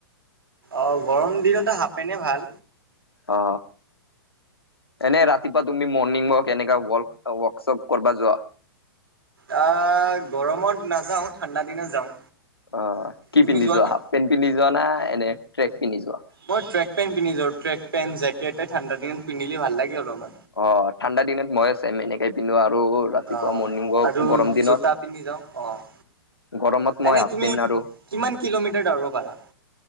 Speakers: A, on the right; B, on the left.
A: অ', গৰম দিনতে হাপ পেনে ভাল।
B: অ'। এনে ৰাতিপুৱা তুমি মৰ্ণিং ৱক এনেকা ৱলক ৱৰ্কশ্বপ কৰবা যোৱা?
A: আহ, গৰমত নাযাওঁ ঠাণ্ডা দিনত যাওঁ।
B: অ', কি
A: তুমি
B: পিন্ধি
A: যোৱানে?
B: যোৱা? হাফ পেণ্ট পিন্ধি যোৱা নে এনে ট্ৰেক? পিন্ধি যোৱা
A: মই ট্ৰেক পেণ্ট পিন্ধি যাওঁ। ট্ৰেক পেন্ট, জেকটে ঠাণ্ডা দিনত পিন্ধিলে ভাল লাগে অলপমান।
B: অ', ঠাণ্ডা দিনত মই ছেম এনেকেই পিন্ধো আৰু। আৰু ৰাতিপুৱা
A: অ'
B: মৰ্ণিং ৱক
A: আৰু
B: গৰম দিনত
A: জোতা পিন্ধি যাওঁ অ'
B: গৰমত মই
A: এনে
B: হাফ
A: তুমি
B: পেণ্ট আৰু,
A: কিমান কিলোমিটাৰ দৌৰিব পাৰা?